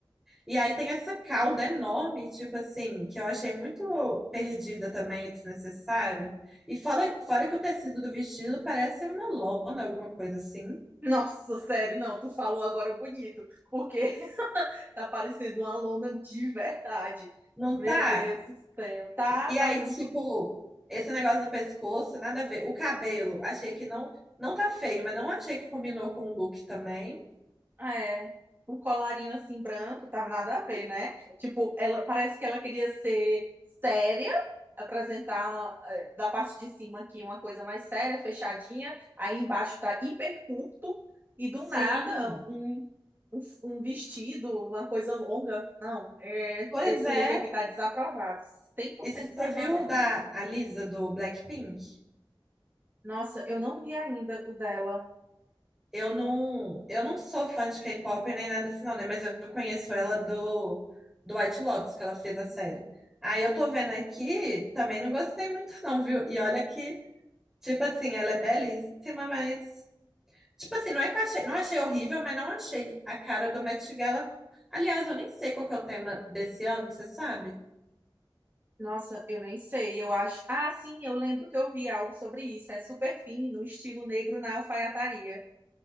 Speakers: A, in the centre; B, on the right.
A: E aí tem essa cauda enorme, tipo assim, que eu achei muito perdida também, e desnecessário. E fora, fora que o tecido do vestido parece uma lona, alguma coisa assim.
B: Nossa, sério, não, tu falou agora bonito, porque <laughs> tá parecendo uma lona de verdade.
A: Não
B: Meu
A: tá?
B: Deus do céu. Tá,
A: E
B: tá
A: aí,
B: muito
A: tipo, esse negócio do pescoço, nada a ver. O cabelo, achei que não, não tá feio, mas não achei que combinou com o look também.
B: É, um colarinho assim branco, tá nada a ver, né? Tipo, ela parece que ela queria ser séria, apresentar uma, eh, da parte de cima aqui uma coisa mais séria, fechadinha, aí embaixo tá hiper curto, e do
A: Sim,
B: nada um, um, um vestido, uma coisa longa. Não, é,
A: pois
B: esse
A: é.
B: look aqui tá desaprovado, cem por
A: E
B: cento
A: você
B: desaprovado.
A: viu da a Lisa do Blackpink?
B: Nossa, eu não vi ainda o dela.
A: Eu não, eu não sou fã de K-pop nem nada assim, não, né? Mas eu conheço ela do, do White Lotus, que ela fez a série. Aí eu tô vendo aqui, também não gostei muito, não, viu? E olha que, tipo assim, ela é belíssima, mas Tipo assim, não é que eu achei, não achei horrível, mas não achei a cara do Met Gala. Aliás, eu nem sei qual que é o tema desse ano, você sabe?
B: Nossa, eu nem sei. Eu acho. Ah, sim, eu lembro que eu vi algo sobre isso. É super fino, estilo negro na alfaiataria.